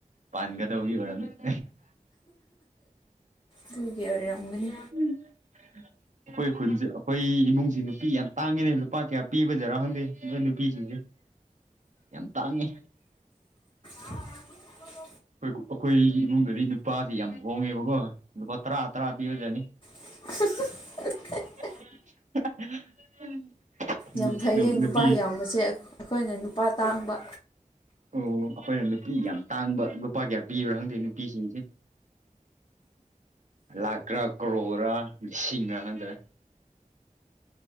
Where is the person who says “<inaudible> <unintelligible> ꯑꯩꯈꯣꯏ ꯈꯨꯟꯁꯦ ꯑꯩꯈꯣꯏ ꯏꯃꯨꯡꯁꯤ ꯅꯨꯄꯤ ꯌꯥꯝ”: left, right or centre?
Right